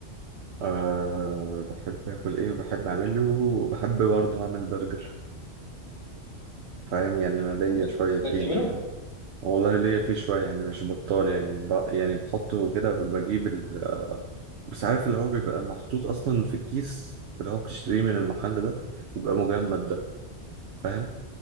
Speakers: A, on the right (about 70°); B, on the left (about 35°).
A: أه بحب اكل ايه وبحب اعمله وبحب برضه اعمل برجر فاهم يعني انا ليا
B: والله
A: شويه
B: تقدر
A: فيه
B: تعمله؟
A: والله ليا فيه شويه يعني مش بطال يعني ب... يعني بحطه كده بجيب ال... بس عارف اللي هو بيبقى محطوط اصلا في الكيس اللي هو بتشتريه من المحل ده بيبقى مجمد ده فاهم